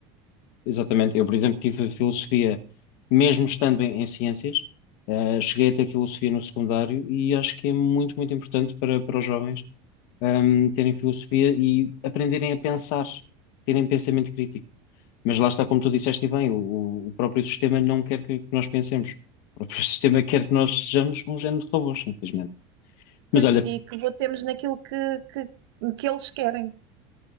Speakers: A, on the left; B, on the right.
A: Exatamente. Eu, por exemplo, tive filosofia, mesmo estando em, em ciências, eh, cheguei a ter filosofia no secundário e acho que é muito, muito importante para, para os jovens, ehm, terem filosofia e aprenderem a pensar, terem pensamento crítico. Mas lá está, como tu disseste e bem, o, o- o próprio sistema não quer que, que nós pensemos. O próprio <laughs> sistema quer que nós sejamos um género de robôs, simplesmente. Mas
B: Pois,
A: olha,
B: e que votemos naquilo que, que, que eles querem.